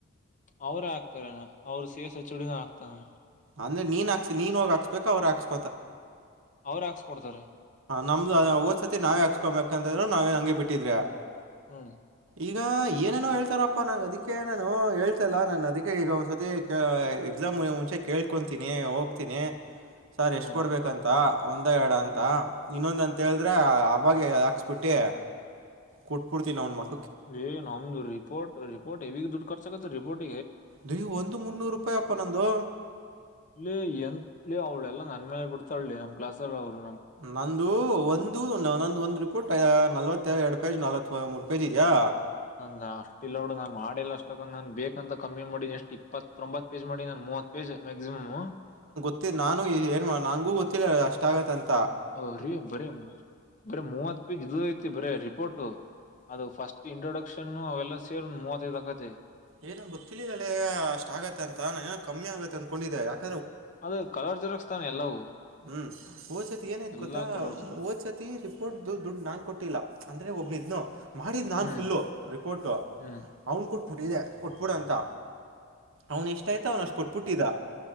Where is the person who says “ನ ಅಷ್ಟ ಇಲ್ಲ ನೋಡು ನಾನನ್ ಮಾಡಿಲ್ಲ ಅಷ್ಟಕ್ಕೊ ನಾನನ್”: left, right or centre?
Left